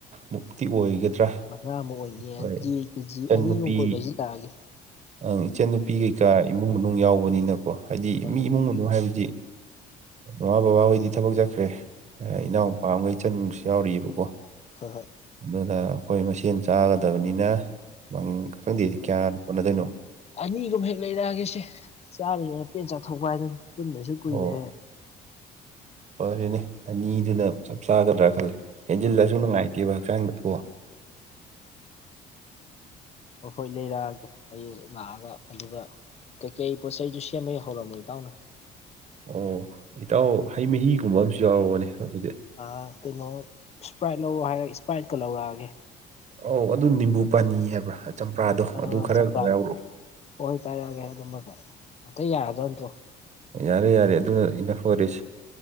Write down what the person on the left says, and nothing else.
ꯃꯉꯥꯃꯨꯛ ꯑꯣꯏꯅꯤꯌꯦ
ꯑꯗꯨꯗꯤ ꯀꯦꯖꯤ
ꯑꯅꯤꯃꯨꯛ ꯀꯨ ꯂꯩꯏꯁꯤꯜꯂꯛꯑꯒꯦ
ꯍꯣꯏ
ꯍꯣꯏ
ꯎꯝ
ꯍꯣꯏ ꯍꯣꯏ
ꯑꯅꯤꯗꯨꯝ ꯍꯦꯛ ꯂꯩꯔꯛꯑꯒꯦꯁꯦ ꯆꯥꯔꯤꯉꯩ ꯄꯦꯟꯅ ꯆꯥꯊꯣꯛꯄ ꯍꯥꯏꯗꯨꯅꯤ ꯄꯨꯟꯗꯁꯨ ꯀꯨꯏꯔꯦ
ꯍꯣꯏ
ꯍꯣ ꯍꯣꯏ ꯂꯩꯔꯛꯑꯒꯦ ꯍꯌꯦꯡ ꯂꯥꯛꯑꯒ ꯑꯗꯨꯒ ꯀꯩꯀꯩ ꯄꯣꯠ ꯆꯩꯩꯗꯨ ꯁꯦꯝꯕ ꯌ ꯍꯧꯔꯝꯃꯣ ꯏꯇꯥꯎꯅ
ꯑ ꯀꯩꯅꯣ ꯏꯁꯄ꯭ꯔꯥꯏꯠ ꯂꯧꯔꯣ ꯍꯥꯏꯔ ꯏꯁꯄ꯭ꯔꯥꯏꯠꯀ ꯂꯧꯔꯛꯑꯒꯦ
ꯑ
ꯆꯝꯄ꯭ꯔꯥꯒꯤ
ꯍꯣꯏ ꯍꯣꯏ ꯄꯥꯏꯔꯛꯑꯒꯦ ꯑꯗꯨꯃꯒ ꯑꯇꯩ ꯌꯥꯔꯗꯧ ꯅꯠꯇ꯭ꯔꯣ